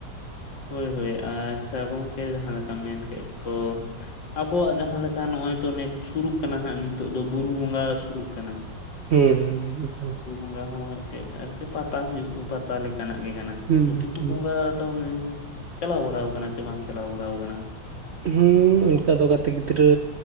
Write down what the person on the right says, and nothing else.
ᱦᱩᱸ ᱦᱩᱸ ᱚᱱᱠᱟ᱾
ᱦᱩᱸ
ᱦᱩᱸ
ᱦᱩᱸ ᱚᱱᱠᱟ ᱫᱚ ᱜᱟᱛᱮ ᱜᱤᱫᱽᱨᱟᱹ